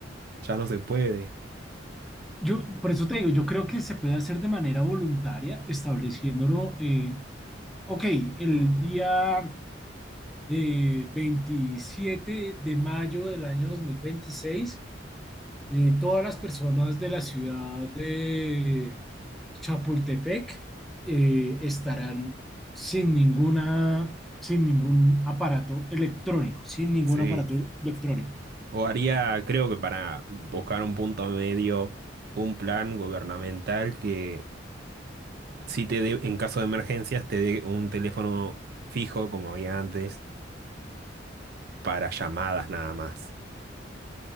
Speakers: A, on the right; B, in the centre.
A: Ya no se puede.
B: Yo, por eso te digo, yo creo que se puede hacer de manera voluntaria, estableciéndolo, eh, ok, el día eh, 27 de mayo del año 2026, eh, todas las personas de la ciudad de Chapultepec eh, estarán sin ninguna, sin ningún aparato electrónico, sin ningún
A: Sí.
B: aparato electrónico.
A: O haría, creo que para buscar un punto medio, un plan gubernamental que si te dé, en caso de emergencias, te dé un teléfono fijo como había antes, para llamadas nada más.